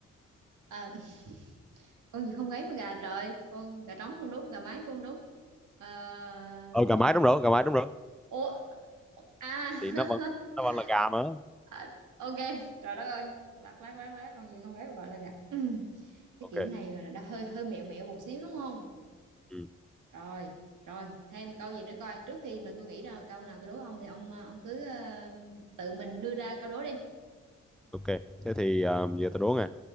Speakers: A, on the right (about 75°); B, in the centre.
A: à, <laughs> con gì không gáy mà gà trời con gà trống không đúng gà mái cũng không đúng Ờ,
B: ờ gà
A: con
B: mái đúng rồi gà mái đúng rồi
A: ô à <laughs>
B: thì nó vẫn nó vẫn là gà mà
A: À, ok trời đất ơi lát lát lát lát con gì không gáy mà gọi là gà Ừm, cái
B: ok
A: kiểu này là đã hơi hơi mẹo mẹo một xíu đúng không
B: ừ.
A: rồi rồi thêm câu gì nữa coi trước khi mà tôi nghĩ ra câu nào tôi đố ông thì ông ờ, ông cứ ờ, tự mình đưa ra câu đố đi
B: ok thế thì ờ, giờ tôi đố nè